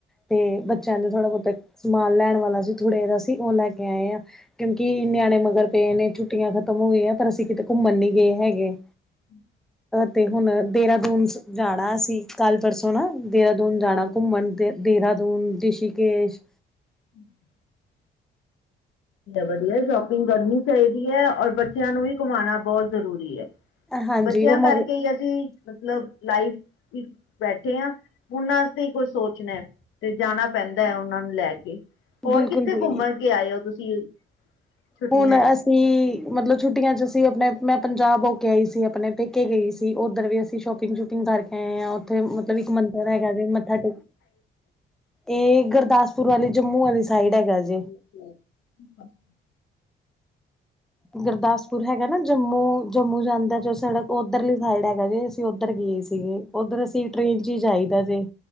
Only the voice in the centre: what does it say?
ਤੇ ਬੱਚਿਆਂ ਨੂੰ ਥੋੜ੍ਹਾ ਬਹੁਤਾ, ਸਮਾਨ ਲੈਣ ਵਾਲਾ ਸੀ, ਥੁੜੇ ਦਾ ਸੀ, ਉਹ ਲੈ ਕੇ ਆਏ ਹਾਂ। ਕਿਉਂਕਿ ਨਿਆਣੇ ਮਗਰ ਪਏ ਨੇ ਛੁੱਟੀਆਂ ਖਤਮ ਹੋ ਗਈਆਂ ਪਰ ਅਸੀਂ ਕਿਤੇ ਘੁੰਮਣ ਨੀ ਗਏ ਹੈਗੇ
ਤੇ ਹੁਣ ਦੇਹਰਾਦੂਨ ਜਾਣਾ ਅਸੀਂ, ਕੱਲ੍ਹ ਪਰਸੋਂ ਨਾ, ਦੇਹਰਾਦੂਨ ਜਾਣਾ। ਘੁੰਮਣ ਦੇ ਦੇਹਰਾਦੂਨ, ਰਿਸ਼ਕੇਸ਼।
ਹਾਂਜੀ
ਉਹ ਮਗ
ਬਿਲਕੁਲ
ਜੀ
ਹੁਣ ਅਸੀਂ,
ਮਤਲਬ ਛੁੱਟੀਆਂ ਚ ਅਸੀਂ ਆਪਣੇ, ਮੈਂ ਪੰਜਾਬ ਹੋ ਕੇ ਆਈ ਸੀ, ਆਪਣੇ ਪੇਕੇ ਗਈ ਸੀ ਉੱਧਰ ਵੀ ਅਸੀਂ ਸ਼ੋਪਿੰਗ ਸ਼ੂਪਿੰਗ ਕਰਕੇ ਆਏ ਹਾਂ। ਉੱਥੇ, ਮਤਲਬ ਇੱਕ ਮੰਦਿਰ ਹੈਗਾ ਜੇ ਮੱਥਾ ਟੇਕ ਇਹ ਗੁਰਦਾਸਪੁਰ ਵਾਲੀ, ਜੰਮੂ ਆਲੀ ਸਾਈਡ ਹੈਗਾ ਜੇ।
ਗੁਰਦਾਸਪੁਰ ਹੈਗਾ ਨਾ ਜੰਮੂ। ਜੰਮੂ ਜਾਂਦਾ ਜੋ ਸੜਕ, ਉੱਧਰਲੀ ਸਾਈਡ ਹੈਗਾ ਜੇ, ਅਸੀਂ ਉੱਧਰ ਗਏ ਸੀਗੇ, ਉੱਧਰ ਅਸੀਂ। ਟ੍ਰੇਨ ਚ ਹੀ ਜਾਈਦਾ ਜੇ।